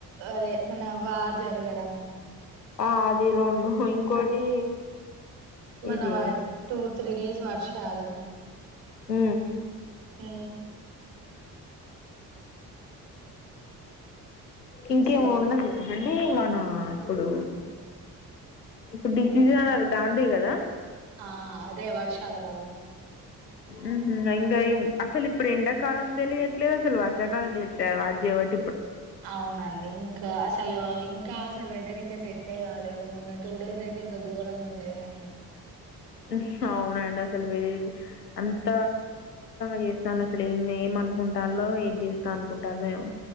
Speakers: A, on the right; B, on the left.
A: అదే మన వా జరగడము
B: ఆ అది రెండు ఇంకోటి
A: మన్నా
B: ఇది
A: టూ త్రీ డేస్ వర్షాలు
B: ఉ
A: ఉ
B: ఇంకేము
A: అసలు
B: ఉండదు కదండి మనము ఇప్పుడు ఇప్పుడు డిసిజ్
A: ఉమ్
B: అన్నారు దాందే కదా
A: ఆ అదే వర్షాల వల్లనే
B: ఉ హు ఇంకా ఇమ్ అసలు ఇప్పుడు ఎండాకాలం తెలియట్లేదు అసలు వర్షాకాలం తెలియట్ల వడ్జి వడ్జ్
A: అవునండి ఇంకా అసలు ఇంకా అసలు వెదర్ ఇంకా సెట్టే కాలేదు మొన్న టూ డేస్ అయితే ఇంకా ఘోరంగా ఉండేగాన్లే
B: ఉహ్ అవునండి అసలు వేరేవి అంత ది అసలు ఏమ్ ఏమనుకుంటాలో ఏమ్ చేస్తా అనుకుంటానంది ఏమో